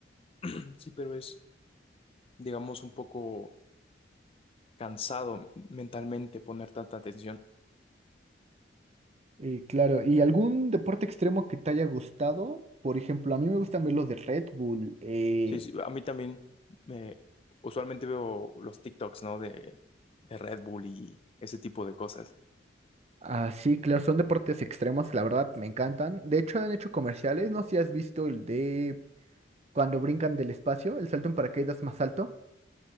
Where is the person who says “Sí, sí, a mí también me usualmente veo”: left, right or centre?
Left